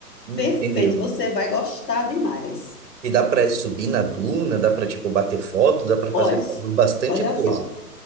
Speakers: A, on the right; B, on the left.
A: Entendeu?
B: Perfeito, você vai gostar demais.
A: E dá para subir na duna, dá para tipo bater foto, dá para fazer
B: Olha,
A: bastante
B: olha
A: coisa.
B: só,